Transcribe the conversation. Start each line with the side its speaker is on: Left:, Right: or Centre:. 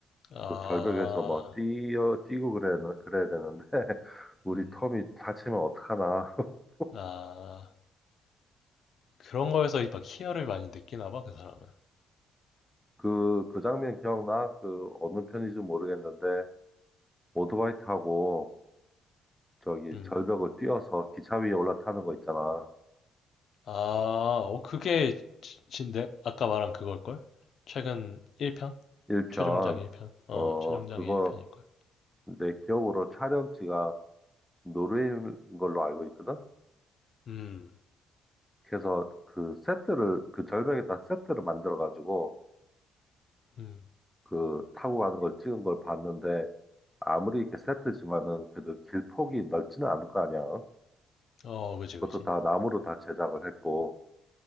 Left: 아,
Centre: 그 절벽에서 뭐 뛰어 뛰고 그래야 그래야 되는데 <laughs> 우리
Left: 음,
Centre: 톰이 다치면 어떡하나. <laughs>
Left: 아, 그런 거에서 막 희열을 많이 느끼나 봐, 그 사람은.
Centre: 그 그 장면 기억나? 그 어느 편인지 모르겠는데 오토바이 타고 저기
Left: 음.
Centre: 절벽을 뛰어서 기차 위에 올라타는 거 있잖아.
Left: 아, 어, 그게 지, 진- 내- 아까 말한 그걸걸? 최근 1편?
Centre: 1편.
Left: 최종장 1편? 어,
Centre: 어
Left: 최종장의
Centre: 그거
Left: 1편일걸.
Centre: 내 기억으로 촬영지가 노르웨이인 걸로 알고 있거든.
Left: 음,
Centre: 그래서 그 세트를 그 절벽에다 세트를 만들어 가지고
Left: 음.
Centre: 그 타고 가는 걸 찍은 걸 봤는데 아무리 이렇게 세트지만은 그래도 길 폭이 넓지는 않을 거 아니야.
Left: 어, 그지,
Centre: 그것도
Left: 그지.
Centre: 다 나무로 다 제작을 했고.